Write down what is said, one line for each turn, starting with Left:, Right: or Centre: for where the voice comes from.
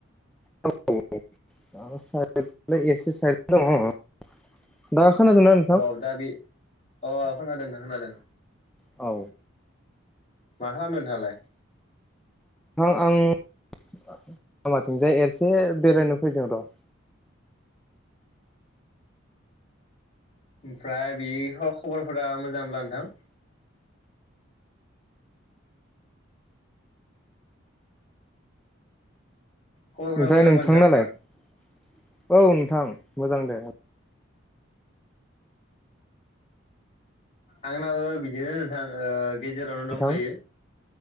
Centre: औ आं साइद एसे साइड दङ दा खोनादों ना
Left: अ दा बे अ खोनादों नोंथां खोनादों।
Centre: औ।
Left: मा खालामदों नोंथाङालाय?
Centre: नोंथां आं लामाथिंजाय एरसे बेरायनो फैदों र'।
Left: ओमफ्राय बे खबरफोरा मोजांब्ला नोंथां? खबरफोरा
Centre: ओमफ्राय
Left: मोजांबा
Centre: नोंथां नालाय औ नोंथां मोजां दे।
Left: आंनाबो बिदिनो नोंथां ओ गेजेरावनो
Centre: नोंथां
Left: दंथ'यो।